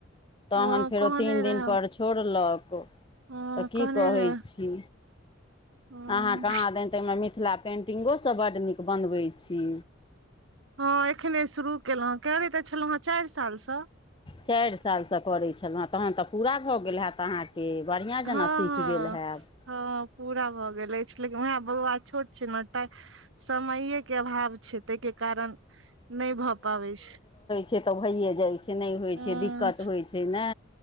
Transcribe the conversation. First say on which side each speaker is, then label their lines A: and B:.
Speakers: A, on the left; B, on the right.
A: तखन
B: हँ
A: फेरो
B: कहने
A: तीन
B: रहे
A: दिनपर छोड़लक तऽ
B: हँ कहने
A: की कहै
B: रहे
A: छी।
B: हँ
A: अहाँ कहाँ दनि तऽमे मिथिला पेन्टिंगोसभ बड्ड नीक बनबै छी।
B: हँ एखने शुरू केलहुँ हँ करे तऽ छलहुँ हेँ चारि सालस।
A: चारि सालसँ करैत छलहुँ। तहन तऽ पूरा भऽ गेल होैत अहाँके बढ़िआँ
B: हँ
A: जेना सीख
B: हँ
A: गेल हयब।
B: हँ पूरा भऽ गेल अछि लेकिन वएह बौआ छोट छै ने त समये के अभाव छैय ताहि के कारण नहि भए पाबै छैय।
A: से तऽ भइए जाइ छैय नहि होइ
B: हँ
A: छै दिक्कत होइ छैय ने